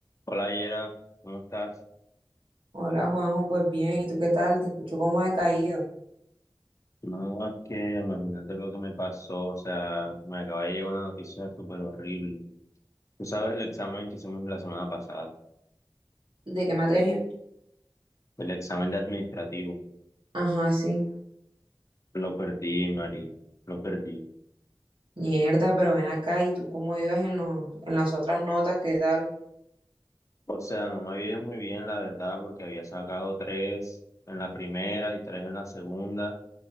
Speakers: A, on the left; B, on the right.
A: Hola Yera, ¿cómo estás?
B: Hola Juanjo, pues bien, ¿y tú qué tal? Te escucho como decaído.
A: No, es que imagínate lo que me pasó, o sea, me acaba de llegar una noticia súper horrible. Tú sabes el examen que hicimos la semana pasada,
B: ¿De qué materia?
A: el examen de administrativo,
B: Ajá, sí.
A: lo perdí, Mari, lo perdí.
B: Mierda, pero ven acá, ¿y tú cómo ibas en los, en las otras notas? ¿Qué tal?
A: O sea, no me había ido muy bien, la verdad, porque había sacado tres en la primera y tres en la segunda,